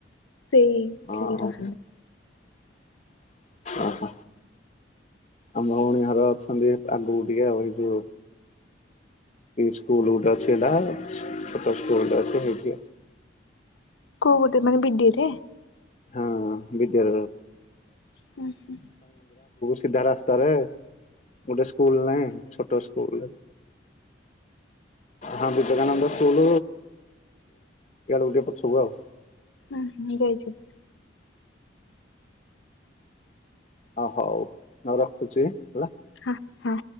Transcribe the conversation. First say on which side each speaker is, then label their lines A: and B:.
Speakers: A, on the left; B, on the left.
A: ସେଇ
B: ହଁ
A: ଠିକ ରହସନ୍ତି।
B: ଓହୋ। ଆମ ଭଉଣୀ ଘର ଅଛନ୍ତି ଆଗକୁ ଟିକେଉ ଏଇ ଯୋଉ ସ୍କୁଲ ଗୋଟେ ଅଛି ହେ ଛୋଟ ସ୍କୁଲ ଟେ ଅଛି ସେଇଠି।
A: କୋଉ ଗୋଟେ ମାନେ ବିଡିଏ ରେ?
B: ହଁ ବିଦ୍ୟ
A: ହୁ ହୁଁ।
B: ସିଧା ରାସ୍ତାରେ ଗୋଟେ ସ୍କୁଲ ନହିଁ ଛୋଟ ସ୍କୁଲ ହଁ ବିବେକାନନ୍ଦ ସ୍କୁଲ ଏଆଡ଼କୁ ଟିକେ ପଛକୁ ଆଉ।
A: ହୁଁ ହଁ ଯାଇଛ।
B: ଓ ହଉ ହ ରଖୁଛି ହେଲା।
A: ହଁ ହଁ।